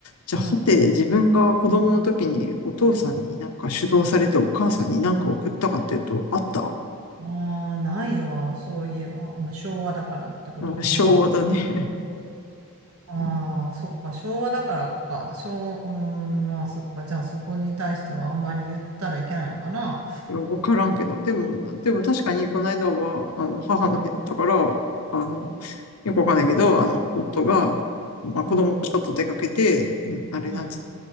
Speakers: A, on the left (about 85°); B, on the right (about 75°).
A: じゃあ、
B: うん。
A: はて、自分が子供の時にお父さんになんか主導されてお母さんになんか送ったかっていうと、あった、
B: ああ、ないわ、そういえば。まあ昭和だからってことかな。
A: <laughs> うん、昭和だね。
B: ああ、
A: <laughs>
B: そっか、昭和だからか。昭、うーん、まあそっか。じゃあそこに対してはあんまり言ったらいけないのかな。
A: いや、わからんけど。でも、でも確かにこの間は、あの、母の日だったから、
B: うん、
A: あの、よくわかんないけど、あの、夫が、まあ、子供とちょっと出かけて、
B: うん、
A: うんあれなんつうの、
B: うん、うん。